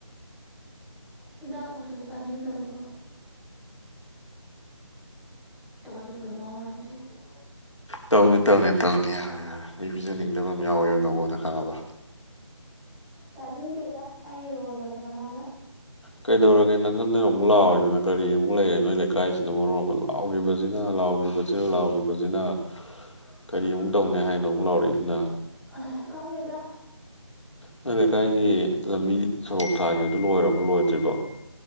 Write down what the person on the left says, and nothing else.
ꯇꯧꯅꯤ ꯇꯧꯅꯤ ꯇꯧꯅꯤ ꯌꯥꯔꯦ ꯌꯥꯔꯦ ꯃꯤ ꯄꯤꯖꯅꯤꯡꯗꯕ ꯑꯃ ꯌꯥꯎꯋꯦꯕ ꯅꯉꯣꯟꯗ ꯈꯪꯉꯕ
ꯀꯩꯗꯧꯔꯒꯦ ꯅꯪꯉꯟꯗꯅ ꯑꯃꯨꯛ ꯂꯥꯎꯢꯗꯨꯅ ꯀꯔꯤ ꯑꯃꯨꯛ ꯂꯩꯔꯦ ꯅꯣꯏ ꯂꯩꯀꯥꯏꯁꯤꯅ ꯃꯔꯣꯟ ꯑꯃ ꯂꯥꯎꯒꯤꯕꯖꯤꯅ ꯅ ꯂꯥꯎꯒꯤꯕꯖꯤ ꯂꯥꯎꯒꯤꯕꯖꯤꯅ ꯀꯔꯤꯃꯨꯛ ꯇꯧꯅꯤ ꯍꯥꯏꯅꯣ ꯑꯃꯨꯛ ꯂꯥꯎꯔꯛꯏꯗꯨꯅ
ꯅꯣꯢ ꯂꯩꯀꯥꯏꯒꯤ ꯂꯝꯕꯤ ꯁꯣꯔꯣꯛ ꯊꯥꯈꯤꯕꯗꯨ ꯂꯣꯏꯔꯕꯣ ꯂꯣꯏꯗ꯭ꯔꯤꯕꯣ